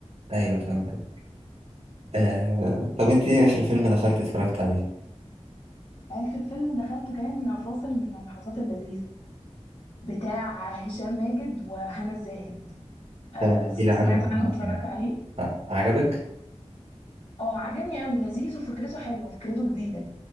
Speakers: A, on the right; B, on the left.
A: ايوه فهمت آه... طب انت ايه اخر فيلم دخلت اتفرجت عليه
B: اخر فيلم دخلته كان فاصل من اللحظات اللذيذه بتاع هشام ماجد وهنا الزاهد آه
A: طب احكي
B: س-
A: لي
B: سمعت
A: عنه كده
B: عنه
A: مثلا.
B: واتفرجت عليه
A: آه، عجبك
B: اه عجبني قوي لذيذ وفكرته حلوه فكرته جديده